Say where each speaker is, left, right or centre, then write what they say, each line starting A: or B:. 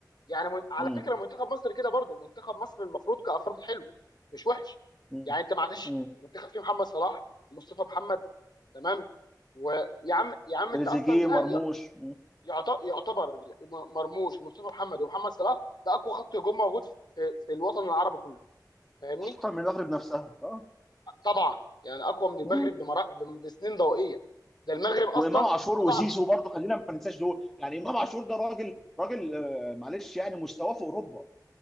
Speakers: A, on the left; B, in the centre.
A: يعني من... على
B: مم.
A: فكره منتخب مصر كده برضو منتخب مصر المفروض كافراد حلو مش وحش
B: مم.
A: يعني انت معلش
B: مم.
A: منتخب فيه محمد صلاح ومصطفى محمد تمام ويا عم يا عم
B: تريزيجيه
A: انت اصلا ده
B: مرموش مم.
A: يعت- يعتبر م- مرموش ومصطفى محمد ومحمد صلاح ده اقوى خط هجوم موجود في في الوطن العربي كله فاهمني
B: اكتر من المغرب نفسها اه
A: طبعا يعني اقوى من المغرب
B: مم.
A: بمرا- بم- بسنين ضوئيه ده المغرب اصلا
B: وامام عاشور
A: طبعا
B: وزيزو برضه خلينا ما ننساش دول يعني امام عاشور ده راجل راجل آه، معلش يعني مستواه في اوروبا